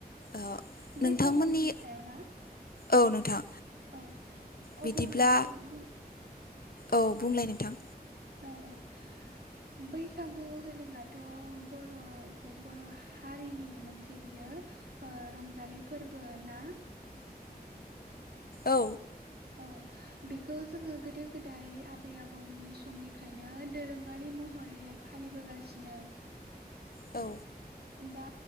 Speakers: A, on the left; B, on the right.
A: ओ
B: बैसागुनि
A: नोंथांमोननि
B: सायाव ना?
A: औ नोंथां
B: औ
A: बिदिब्ला
B: अब्ला आं एसे बुं
A: औ बुंलाय नोंथां
B: औ औ बैसागु होनोब्लाथ' बर' जे बर' हारिनि मोनसे बियो ओ रंजालि फोरबो ना?
A: औ
B: औ बेखौ जोङो गोदो गोदाय आबै आबौमोननि समनिफ्रायनो दोरोंङारि महर महरैहाय फालिबोगासिनो
A: औ
B: दा